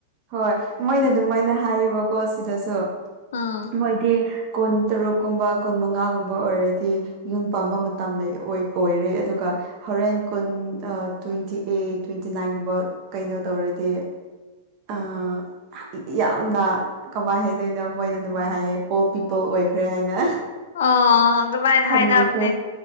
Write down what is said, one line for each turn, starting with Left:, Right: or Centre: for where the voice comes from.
Right: ꯍꯣꯏ ꯃꯣꯏꯅ ꯑꯗꯨꯃꯥꯏꯅ ꯍꯥꯏꯌꯦꯕꯀꯣ ꯁꯤꯗꯁꯨ
Left: ꯎꯝ
Right: ꯃꯣꯏꯗꯤ ꯀꯨꯟ ꯇꯔꯨꯛꯀꯨꯝꯕ ꯀꯨꯟ ꯃꯉꯥꯒꯨꯝꯕ ꯑꯣꯏꯔꯗꯤ ꯌꯨꯝ ꯄꯥꯟꯕ ꯃꯇꯝ ꯂꯩ ꯑꯣꯏ ꯑꯣꯏꯔꯦ ꯑꯗꯨꯒ ꯍꯧꯔꯦꯟ ꯀꯨꯟ ꯑ ꯇꯣꯏꯟꯇꯤ ꯑꯩꯠ ꯇꯣꯏꯟꯇꯤ ꯅꯥꯏꯟꯒꯨꯝꯕ ꯀꯩꯅꯣ ꯇꯧꯔꯗꯤ ꯑꯥ ꯑꯩꯗꯤ ꯌꯥꯝꯅ ꯀꯃꯥꯏ ꯍꯗꯣꯏꯅꯣ ꯃꯣꯏꯅ ꯑꯗꯨꯃꯥꯏꯅ ꯍꯥꯏꯌꯦ ꯀꯣꯜ ꯀꯤ ꯇꯣꯜ ꯑꯣꯏꯈ꯭ꯔꯦ ꯍꯥꯏꯅ
Left: ꯑ ꯑꯗꯨꯃꯥꯏꯅ
Right: ꯍꯟꯅꯨꯈ꯭ꯔꯦ
Left: ꯍꯥꯏꯅꯕꯅꯦ